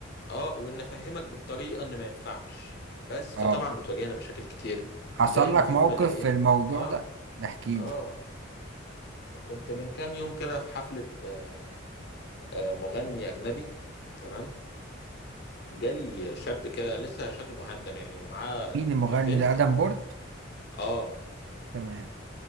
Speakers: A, on the left; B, on the right.
A: اه وان افهمك بالطريقة ان ما ينفعش بس
B: اه
A: فطبعا بتواجهنا مشاكل كتير
B: حصل
A: زي ان
B: لك
A: في
B: موقف
A: يوم من الايام
B: في الموضوع
A: اه
B: ده احكي
A: اه
B: لي
A: كنت من كام يوم كده في حفلة آه، آه، مغني اجنبي تمام جالي شاب كده لسه شكله مهندم يعني ومعاه
B: مين المغني
A: بنت
B: ده ادم بورت
A: اه
B: تمام